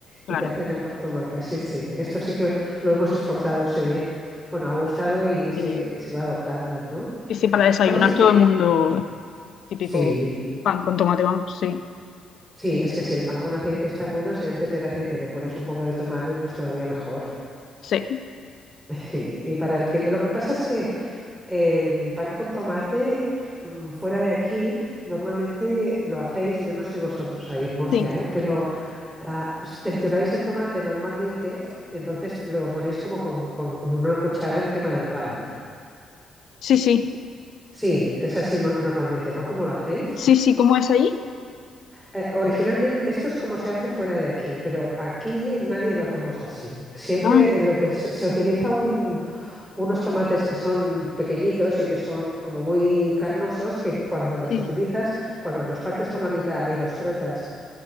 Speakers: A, on the left (about 65°); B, in the centre.
A: claro.
B: y te hacen el pan tumaca. Sí, sí. Esto sí que lo hemos exportado, se ve. Bueno, ha gustado y se,
A: eh,
B: se va adoptando, ¿no?
A: Sí, sí, para desayunar
B: ¿Cuál es el
A: todo
B: típico?
A: el mundo, típico
B: Sí,
A: pan con tomate, vamos, sí,
B: sí, es que si el pan con aceite está bueno, si antes del aceite le pones un poco de tomate, pues todavía mejor.
A: sí,
B: <laughs> Sí, y para el que lo que pasa es que el pan con tomate mm, fuera de aquí normalmente lo hacéis, yo no sé vosotros ahí en Murcia,
A: sí,
B: ¿eh? pero ah, s- trituráis el tomate normalmente y entonces lo ponéis como con, con- una cuchara encima del pan.
A: sí, sí,
B: Sí, es así mo- normalmente, ¿no? ¿Cómo lo hacéis?
A: sí, sí, ¿cómo es ahí?
B: Eh, originalmente esto es como se hace fuera de aquí, pero aquí nadie lo hacemos así. Siempre
A: Ah,
B: lo que se, se utiliza unos tomates que son pequeñitos y que son como muy carnosos, que cuando los
A: sí,
B: utilizas, cuando los partes por la mitad y los frotas